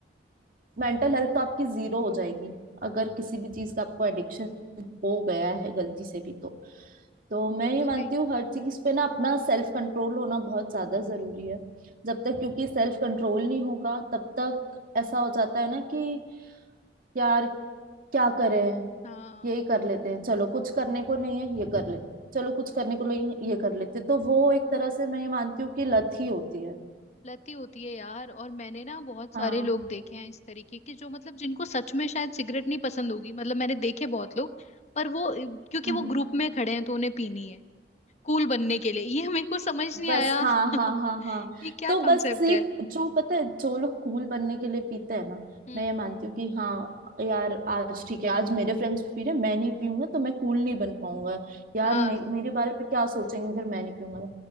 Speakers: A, on the right; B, on the left.
A: मेंटल हेल्थ तो आपकी जीरो हो जाएगी अगर किसी भी चीज का आपको एडिक्शन हो गया है गलती से भी तो तो मैं
B: वो
A: ये
B: तो
A: मानती
B: है ही
A: हूँ हर चीज पे ना अपना सेल्फ कंट्रोल होना बहुत ज्यादा जरूरी है जब तक क्योंकि सेल्फ कंट्रोल नहीं होगा तब तक ऐसा हो जाता है ना कि यार क्या करें
B: हाँ
A: यही कर लेते हैं चलो कुछ करने को नहीं है ये कर लेते हैं चलो कुछ करने को नहीं है ये कर लेते हैं। तो वो एक तरह से मैं ये मानती हूँ कि लत ही होती है
B: लती होती है यार और मैंने ना बहुत सारे
A: हाँ
B: लोग देखे हैं इस तरीके के जो मतलब जिनको सच में शायद सिगरेट नहीं पसंद होगी मतलब मैंने देखे बहुत लोग पर वो क्योंकि
A: हम्म
B: वो ग्रुप में खड़े हैं तो उन्हें पीनी है कूल बनने के लिए ये मेरे को समझ नहीं
A: बस
B: आया
A: हाँ
B: <laughs>
A: हाँ हाँ हाँ
B: ये क्या
A: तो
B: कॉन्सेप्ट
A: बस ये
B: है
A: जो पता है जो लोग कूल बनने के लिए पीते हैं ना
B: हम्म
A: मैं ये मानती हूँ कि हाँ यार आज ठीक है आज मेरे फ्रेंड्स पी रहे हैं, मैं नहीं पीऊंगा तो मैं कूल नहीं बन पाऊंगा यार
B: हाँ
A: मे, मेरे बारे में क्या सोचेंगे अगर मैं नहीं पीऊंगा तो